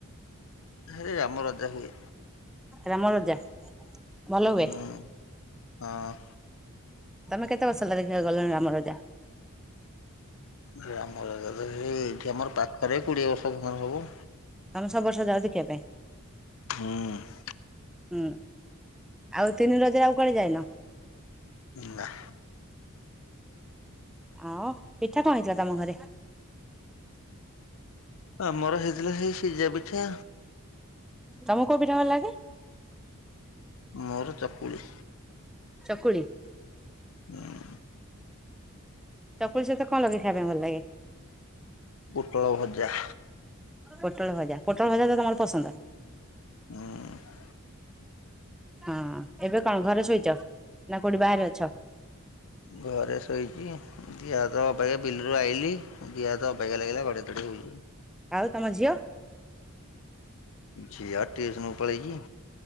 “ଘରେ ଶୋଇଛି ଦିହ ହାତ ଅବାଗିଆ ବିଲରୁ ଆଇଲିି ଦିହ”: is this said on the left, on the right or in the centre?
Left